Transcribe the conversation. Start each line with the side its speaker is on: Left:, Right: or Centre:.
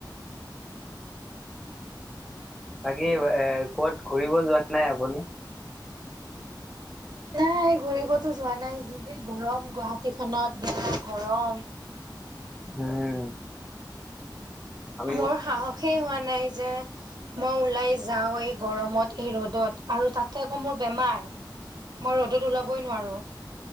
Centre: বাকী এ ক'ত ঘুৰিব যোৱা নাই আপুনি। <inaudible>
Right: নাই ঘুৰিবতো যোৱা নাই যিহে গৰম গুৱাহাটী খনত বেয়া গৰম।
Centre: উম আমি
Right: মোৰ সাহসেই হোৱা নাই যে মই ওলাই যাওঁ‌ এই গৰমত এই ৰ'দত আৰু তাতে আকৌ মোৰ বেমাৰ মই ৰ'দত ওলাবই নোৱাৰো।